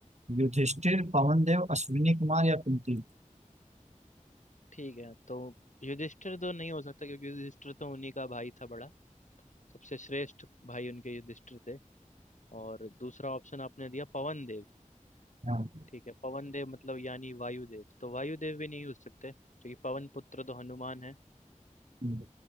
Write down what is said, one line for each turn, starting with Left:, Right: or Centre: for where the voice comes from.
Right: युधिष्ठिर पवन देव अश्विनी कुमार या कुंती
Left: ठीक है तो युधिष्ठिर तो नहीं हो सकता क्योंकि युधिष्ठिर तो उन्हीं का भाई था बड़ा सबसे श्रेष्ठ भाई उनके युधिष्ठिर थे और दूसरा ऑप्शन आपने दिया पवन
Right: हाँ
Left: ठीक है पवन देव मतलब यानी वायुदेव तो वायुदेव भी नहीं हो सकते क्योंकि पवन पुत्र तो हनुमान है
Right: हम्म,